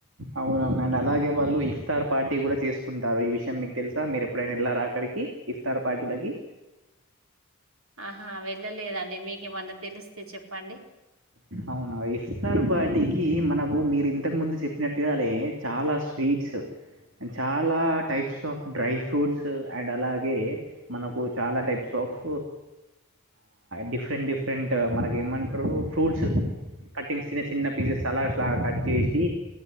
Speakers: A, on the right; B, on the right.
A: అవునవునండి నేను అలాగే వాళ్ళు ఇఫ్తార్ పార్టీ కూడా చేసుకుంటారు ఈ విషయం మీకు తెలుసా మీరు ఎప్పుడైనా వెళ్ళార అక్కడికి ఇఫ్తార్ పార్టీ లకి
B: ఆహా వెళ్ళలేదండి మీకేమన్నా తెలిస్తే చెప్పండి
A: అవునా ఇఫ్తార్పార్టీకి మనకు మీరు ఇంతకు ముందు చెప్పినట్టుగా అదే చాలా స్వీడ్స్ అండ్ చాలా types of dry fruits and అలాగే మనకు చాలా టైప్స్ ఆఫ్ డిఫరెంట్ డిఫరెంట్ మనక ఏమంటారు ఫ్రూట్స్ కట్టింగ్స్ చిన్న చిన్న పీసెస్ అలా అలాగా కట్ చేసి